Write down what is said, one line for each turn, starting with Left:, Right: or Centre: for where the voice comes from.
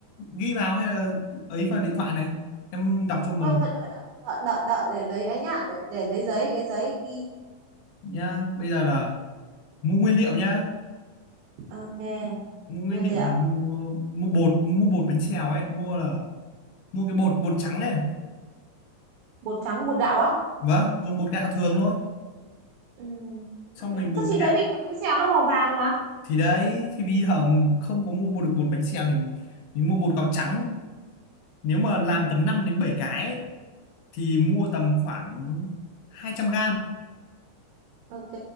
Left: ghi vào hay là ấy vào điện thoại này. Em đọc cho mờ
Right: ờ thật đợi đợi đợi đợi đợi để lấy ấy nhá để để lấy giấy lấy giấy ghi
Left: nhá. Bây giờ là mua nguyên liệu nhá.
Right: ok
Left: Mua nguyên
Right: nguyên
Left: liệu
Right: liệu
Left: thì mua mua bột, mua bột bánh xèo ấy, mua là mua cái bột bột trắng này.
Right: bột trắng bột gạo á
Left: Vâng, dùng bột gạo thường thôi.
Right: ừ.
Left: Xong
Right: ok
Left: mình bột
Right: chắc chị
Left: gạo
Right: thấy bình thường bánh xèo nó màu vàng mà
Left: thì đấy thì bây giờ không có mua mua được bột bánh xèo thì mình mua bột gạo trắng. Nếu mà làm
Right: ừ.
Left: tầm 5 đến 7 cái ấy, thì mua tầm khoảng 200 g
Right: ok